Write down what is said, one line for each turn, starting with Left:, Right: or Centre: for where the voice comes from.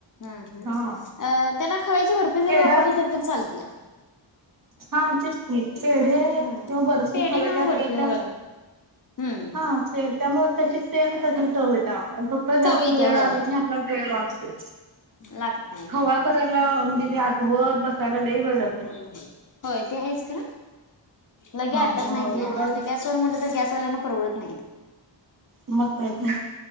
Left: हम.. हम
Right: हा
Left: त्याला खव्याची बर्फी जरी
Right: पेढा
Left: वापरली तरी पण चालत्या.
Right: हा तेच की पेढे.
Left: हम्म
Right: किंवा बर्फ
Left: पेढे
Right: खव्याची
Left: किंवा
Right: असत्यात
Left: बर्फी होय
Right: त्या,
Left: हम्म
Right: हा ते त्यामुळे तशी सेम तशीच चव येत्या. फक्त
Left: चव
Right: जास्त
Left: येत्या
Right: वेळ
Left: होय.
Right: लागत नाही. आपल्याला वेळ लागतोय
Left: लागत नाही
Right: खवा
Left: होय.
Right: करायला म्हणजे ते आठवत बसायला लयी वेळ जातोय.
Left: <inaudible> होय ते आहेच खर. लगे
Right: हा
Left: आटत
Right: मग
Left: नाही ते.
Right: एवढा
Left: आणि आपल्या गॅसवर म्हटलं तर गॅसवाल्याना परवडत नाही ते.
Right: मग काय तर,